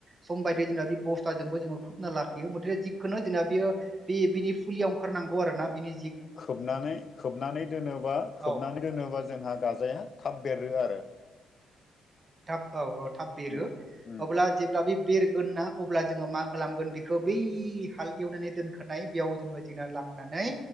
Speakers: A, on the right; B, on the left.
A: सम बायदि जेनेबा बे बस्थाजों खोबना ला जों लाखियो फुलिया ओखारनांगौ आरोनि
B: खोबनानै खोबनानै दोनोबा खोबनानै
A: औ
B: दोनोबा जोंहा गाजाया थाब बेरो आरो <unintelligible>
A: थाब औ औ थाब बिरो
B: उम उम
A: अब्ला जेब्ला बे बेरगोन ना अब्ला जोंङो मा खालामगोन बेखौ बै हाल एवनानै दोनखानाय बेयाव जोंङो जेंना लां नानै